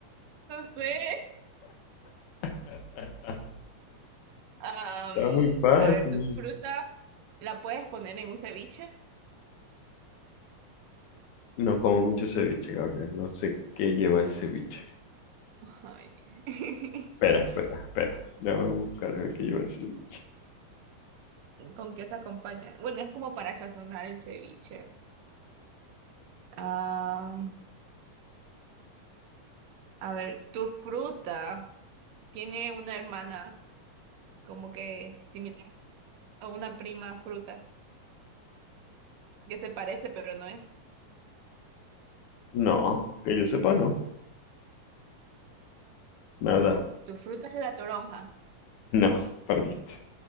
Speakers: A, on the right (about 90°); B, on the left (about 70°).
A: No sé.
B: Está
A: Am,
B: muy fácil.
A: a ver, tu fruta la puedes poner en un ceviche.
B: No como mucho ceviche, Gabriel. No sé qué lleva el ceviche.
A: Ay. <laughs>
B: Espera, espera, espera. Déjame buscar a ver que yo el cel-
A: ¿Con qué se acompaña? Bueno, es como para sazonar el ceviche. Ah, a ver, tu fruta tiene una hermana como que similar a una prima fruta que se parece, pero no es.
B: No, que yo sepa, no. Nada.
A: Tu fruta es la toronja.
B: No, perdiste.